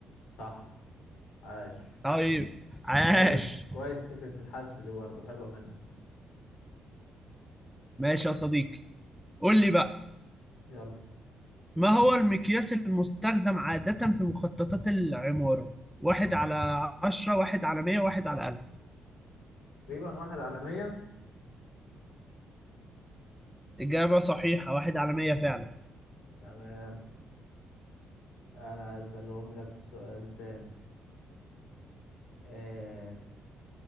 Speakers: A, on the left (about 85°); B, in the centre.
A: صح عاش
B: طيب عاش
A: كويس كويس فكرة الحذف دي برضه حلوة منك
B: ماشي يا صديقي قول لي بقى
A: يلا
B: ما هو المقياس المستخدم عادة في مخططات العمارة واحد على عشرة واحد على مية واحد على ألف
A: تقريبا واحد على مية
B: إجابة صحيحة واحد على مية فعلا
A: تمام انا هسألهم لك سؤال تاني آه.